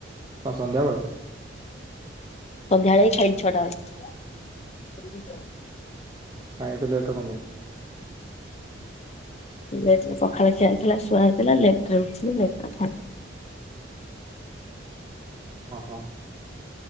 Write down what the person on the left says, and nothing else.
ସନ୍ଧ୍ୟା ବେଳେ ହି ଖାଇଲିି ଛଟା ବଳେ।
ଲେଟ ରେ ପଖାଳଖିଆ ହେଇଥିଲା ଛୁଆ ହେଇଥିଲା ଲେଟ ରେ ଉଠଛିି ଲେ ନ